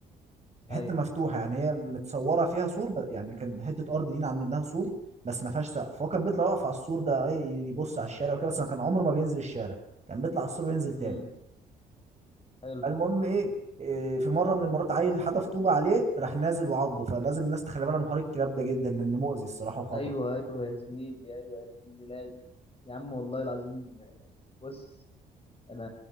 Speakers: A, on the right; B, on the left.
A: حتة
B: أيوه.
A: مفتوحة يعني هي متصورة فيها سور ب يعني كان حتة أرض لينا عاملين لها سور بس ما فيهاش سقف، هو كان بيطلع يقف على السور ده إيه يبص على الشارع وكده بس ما كان عمره ما بينزل الشارع، كان بيطلع على السور وينزل تاني،
B: إمم. حلو.
A: فالمهم إيه آآ في مرة من المرات عيل حدف طوبة عليه راح نازل وعضه، فلازم الناس تخلي بالها من حوار الكلاب ده جدًا لأنه مؤذي الصراحة وخطر.
B: أيوه، أيوه يا زميلي، أيوه يا زميلي لازم. يا عم والله العظيم بُص، أنا